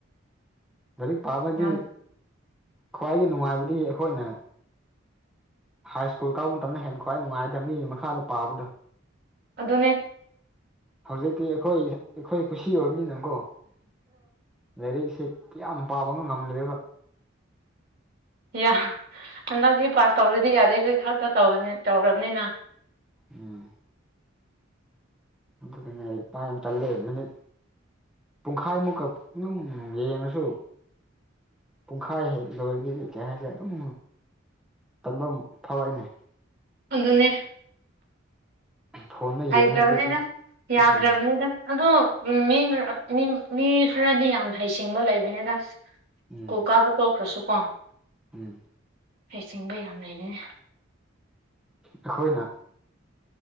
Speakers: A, in the centre; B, on the right.
A: ꯂꯥꯏꯔꯤꯛ ꯄꯥꯕꯗꯤ
B: ꯌꯥꯝ
A: ꯈ꯭ꯋꯥꯏꯒꯤ ꯅꯨꯡꯉꯥꯏꯕꯗꯤ ꯑꯩꯈꯣꯏꯅ ꯍ꯭ꯥꯏ꯭ꯁꯀꯨꯜ ꯀꯥꯕ ꯃꯇꯝꯅ ꯍꯦꯟꯅ ꯈ꯭ꯋꯥꯏ ꯅꯨꯡꯉꯥꯏꯇꯅꯤ ꯃꯤꯒꯤ ꯃꯈꯥꯗ ꯄꯥꯕꯗꯣ
B: ꯑꯗꯨꯅꯦ
A: ꯍꯧꯖꯤꯛꯇꯤ ꯑꯩꯈꯣꯏ ꯑꯩꯈꯣꯏ ꯀꯨꯁꯤ ꯑꯣꯏꯕꯅꯤꯅꯒꯣ ꯂꯥꯏꯔꯤꯛꯁꯦ ꯀ꯭ꯌꯥꯝ ꯄꯥꯕꯒ ꯉꯝꯗ꯭ꯔꯦꯕ
B: ꯌꯥ ꯍꯟꯗꯛꯇꯤ ꯄꯥꯁ ꯇꯧꯔꯗꯤ ꯌꯥꯔꯦꯒꯣꯏ ꯈꯛꯇ ꯇꯧꯕꯅꯤꯠ ꯇꯧꯔ꯭ꯕꯅꯤꯅ
A: ꯎꯝ ꯑꯗꯨꯒꯅꯦ ꯑꯩ ꯄꯥ ꯌꯥꯝ ꯇꯜꯂꯦ ꯃꯤꯅꯤꯠ ꯄꯨꯡꯈꯥꯏꯃꯨꯛꯀ ꯅꯨꯝ ꯌꯦꯡꯉꯁꯨ ꯄꯨꯡꯈꯥꯏ ꯍꯦꯛ ꯂꯣꯏꯔꯗꯤꯒꯤ ꯀꯩ ꯍꯥꯏꯁꯤꯌ ꯗꯨꯝ ꯇꯟꯕꯝ ꯐꯥꯎ ꯋꯦꯅꯦ
B: ꯑꯗꯨꯅꯦ
A: ꯐꯣꯟꯗ ꯌꯦꯡꯉꯗꯤ
B: ꯍꯩ ꯗ꯭ꯔ꯭ꯕꯅꯦꯅ ꯌꯥꯗ꯭ꯔꯕꯅꯦꯗ
A: ꯎꯝ
B: ꯑꯗꯣ ꯃꯤ ꯃꯔꯛ ꯃꯤ ꯃꯤ ꯈꯔꯗꯤ ꯌꯥꯝ ꯍꯩ ꯁꯤꯡꯕ ꯂꯩꯕꯅꯦꯗ
A: ꯎꯝ
B: ꯀꯨꯜ ꯀꯥꯕ ꯇꯣꯛꯈ꯭ꯔꯁꯨ ꯀꯣ
A: ꯎꯝ
B: ꯍꯩ ꯆꯤꯡꯕ ꯌꯥꯝ ꯂꯩꯕꯅꯦ
A: ꯑꯩꯈꯣꯏꯅ